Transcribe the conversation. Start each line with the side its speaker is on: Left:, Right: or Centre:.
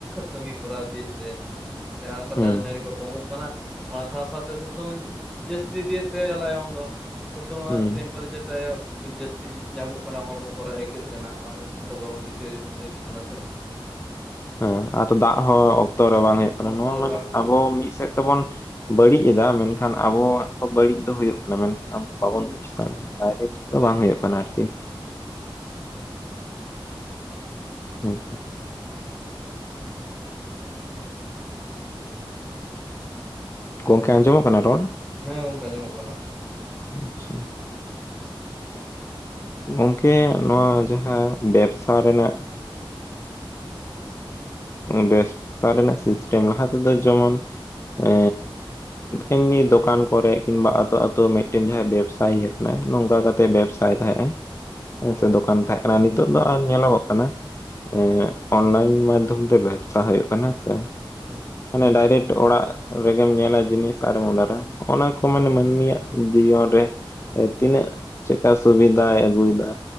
Centre: ᱠᱟᱹᱢᱤ ᱠᱚᱨᱟᱣ ᱤᱫᱤᱭᱮᱫ ᱛᱟᱭᱟ ᱡᱟᱦᱟᱸ ᱞᱮᱠᱟ
Left: ᱦᱩᱸ
Centre: ᱫᱟᱨᱮ ᱱᱟᱹᱲᱤ ᱠᱚ ᱠᱚᱢᱚᱜ ᱠᱟᱱᱟ ᱚᱱᱟ ᱥᱟᱶ ᱥᱟᱶᱛᱮ ᱥᱤᱛᱩᱝ ᱡᱟᱹᱥᱛᱤ ᱤᱫᱤᱭᱮᱫ ᱛᱟᱭᱟ ᱞᱟᱭᱚᱝ ᱫᱚ ᱥᱮᱛᱚᱝ ᱨᱮᱱᱟ
Left: ᱦᱩᱸ
Centre: ᱴᱮᱢᱯᱟᱨᱮᱪᱟᱨ ᱡᱟᱹᱥᱛᱤ ᱧᱟᱢᱚᱜ ᱠᱟᱱᱟ ᱦᱚᱲᱢᱚ ᱠᱚᱨᱮ ᱟᱹᱭᱠᱟᱹᱜ ᱠᱟᱱᱟ ᱚᱱᱟ ᱠᱷᱟᱹᱛᱤᱨ ᱛᱮ ᱛᱚ ᱜᱚᱨᱚᱢ ᱵᱮᱥᱤ ᱟᱹᱭᱠᱟᱹᱜ ᱠᱟᱱᱟ ᱥᱮ,
Left: ᱦᱮᱸ ᱟᱨ ᱫᱟᱜ ᱦᱚᱸ ᱚᱠᱛᱚ ᱨᱮ ᱵᱟᱝ ᱦᱩᱭᱩᱜ ᱠᱟᱱᱟ
Centre: ᱚᱠᱛᱚ
Left: ᱱᱚᱣᱟ
Centre: ᱨᱮ
Left: ᱢᱟᱱᱮ
Centre: ᱵᱟᱝ ᱦᱩᱭᱩᱜ
Left: ᱟᱵᱚ
Centre: ᱠᱟᱱᱟ
Left: ᱢᱤᱫ ᱥᱮᱫ ᱛᱮᱵᱚᱱ ᱵᱟᱹᱲᱤᱡ ᱮᱫᱟ ᱢᱮᱱᱠᱷᱟᱱ ᱟᱵᱚᱣᱟᱜ ᱦᱚᱸ ᱵᱟᱹᱲᱤᱡ ᱫᱚ ᱦᱩᱭᱩᱜ ᱠᱟᱱᱟ ᱢᱮᱱᱠᱷᱟᱱ ᱟᱵᱚ ᱵᱟᱵᱚᱱ ᱵᱩᱡ ᱫᱟᱲᱮᱫᱟ ᱠᱟᱱᱟ ᱰᱟᱭᱨᱮᱴ
Centre: ᱦᱳᱭ
Left: ᱫᱚ ᱵᱟᱝ ᱦᱩᱭᱩᱜ ᱠᱟᱱᱟ ᱟᱨ <unintelligible> ᱜᱚᱢᱠᱮ ᱟᱸᱡᱚᱢᱚᱜ ᱠᱟᱱᱟ ᱨᱚᱲ?
Centre: ᱦᱮᱸ ᱜᱚᱢᱠᱮ ᱧᱟᱢᱚᱜ ᱠᱟᱱᱟ ᱾
Left: ᱟᱪᱪᱷᱟ ᱾ ᱜᱚᱝᱠᱮ ᱱᱚᱣᱟ ᱡᱟᱦᱟᱸ ᱵᱮᱵᱥᱟ ᱨᱮᱱᱟᱜ ᱵᱮᱵᱥᱟ ᱨᱮᱱᱟᱜ ᱥᱤᱥᱴᱮᱢ ᱞᱟᱦᱟ ᱛᱮᱫᱚ ᱡᱮᱢᱚᱱ ᱮ ᱮᱢᱱᱤ ᱫᱚᱠᱟᱱ ᱠᱚᱨᱮ ᱠᱤᱝᱵᱟ ᱟᱛᱳ ᱟᱛᱳ ᱢᱤᱫᱴᱮᱱ ᱡᱟᱦᱟᱸᱭ ᱵᱮᱵᱽᱥᱟᱭᱤ ᱟᱠᱟᱱᱟᱭ ᱱᱚᱝᱠᱟ ᱠᱟᱛᱮ ᱵᱮᱵᱥᱟ ᱛᱟᱭ ᱛᱟᱦᱮᱸ ᱮ ᱾ ᱦᱮᱸ
Centre: ᱦᱳᱭ
Left: ᱥᱮ ᱫᱚᱠᱟᱱ ᱛᱟᱦᱮᱸ ᱠᱟᱱᱟ ᱱᱤᱛᱚᱜ ᱫᱚ ᱟᱨ ᱧᱮᱞᱚᱜᱚᱜ ᱠᱟᱱᱟ ᱮ
Centre: ᱦᱮᱸ
Left: ᱚᱱᱞᱟᱭᱤᱱ ᱢᱟᱫᱽᱫᱷᱚᱢ ᱛᱮ ᱵᱮᱵᱥᱟ ᱦᱩᱭᱩᱜ ᱠᱟᱱᱟ ᱦᱮᱸᱥᱮ ᱾
Centre: <unintelligible>
Left: ᱢᱟᱱᱮ ᱰᱟᱭᱨᱮᱠᱴ ᱚᱲᱟᱜ ᱨᱮᱜᱮᱢ ᱧᱮᱞᱟ ᱡᱤᱱᱤᱥ ᱟᱨᱮᱢ ᱚᱰᱟᱨᱟᱜ ᱚᱱᱟ ᱠᱚ ᱢᱟᱱᱮ ᱢᱟᱹᱱᱢᱤᱭᱟᱜ ᱡᱤᱭᱚᱱ ᱨᱮ ᱮᱸ ᱛᱤᱱᱟᱹᱜ ᱪᱮᱫᱠᱟ ᱥᱩᱵᱤᱫᱷᱟᱭ ᱟᱹᱜᱩᱭᱮᱫᱟ